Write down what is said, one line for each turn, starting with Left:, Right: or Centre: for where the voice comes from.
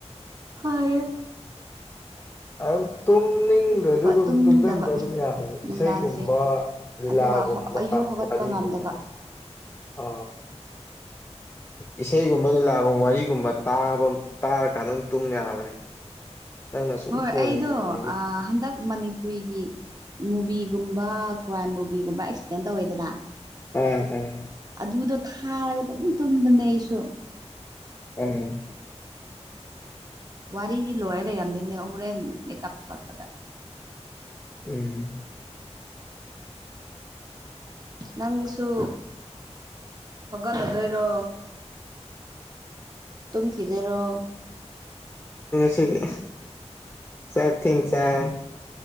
Right: ꯍꯣꯏ
Left: ꯑꯗꯨ ꯇꯨꯝꯅꯤꯡꯗꯁꯨ ꯑꯗꯨꯝ
Right: ꯇꯨꯝꯗꯕ
Left: ꯇꯨꯝꯁꯤꯟꯕ ꯑꯗꯨꯝ ꯌꯥꯍꯂꯦ
Right: ꯅꯨꯡꯗꯥꯡꯁꯦ
Left: ꯏꯁꯩꯒꯨꯝꯕ ꯂꯤꯂꯥꯒꯨꯝꯕ
Right: ꯑꯗꯨꯒ ꯑꯌꯨꯛ ꯍꯧꯒꯠꯄ
Left: ꯋꯥꯔꯤꯒꯨꯝꯕ
Right: ꯉꯝꯗꯕ
Left: ꯑ ꯏꯁꯩꯒꯨꯝꯕ ꯂꯤꯂꯥꯒꯨꯝꯕ ꯋꯥꯔꯤꯒꯨꯝꯕ ꯇꯥꯕ ꯇꯥꯔꯀꯥꯟꯗ ꯑꯗꯨꯝ ꯇꯨꯝ ꯌꯥꯕꯅꯦꯕ ꯅꯪꯅ ꯁꯨꯝ
Right: ꯍꯣꯏ
Left: ꯐꯣꯟ
Right: ꯑꯩꯗꯣ
Left: ꯌꯦꯡꯉꯕꯅꯤꯅ
Right: ꯍꯟꯗꯛ ꯃꯅꯤꯄꯨꯔꯤꯒꯤ ꯃꯨꯚꯤꯒꯨꯝꯕ ꯀ꯭ꯔꯥꯏꯝ ꯃꯨꯚꯤꯒꯨꯝꯕ ꯑꯦꯛꯁꯄ꯭ꯂꯦꯟ ꯇꯧꯋꯦꯗꯅ
Left: ꯑꯥ ꯑꯥ
Right: ꯑꯗꯨꯗꯣ ꯊꯥꯔꯒ ꯑꯗꯨꯝ ꯇꯨꯝꯗꯅꯦ ꯑꯩꯁꯨ
Left: ꯎꯝ
Right: ꯋꯥꯔꯤꯗꯤ ꯂꯣꯏꯔ ꯂꯩꯔꯝꯗꯣꯏꯅꯦ ꯍꯣꯔꯦꯟ ꯃꯦꯀꯞ ꯊꯣꯛꯂꯛꯄꯗ
Left: ꯎꯝ
Right: ꯅꯪꯁꯨ ꯍꯧꯒꯠꯂꯗꯣꯏꯔꯣ ꯇꯨꯝꯈꯤꯗꯣꯏꯔꯣ
Left: ꯁꯤꯗꯤ ꯆꯥꯛ ꯊꯦꯡ ꯆꯥꯏ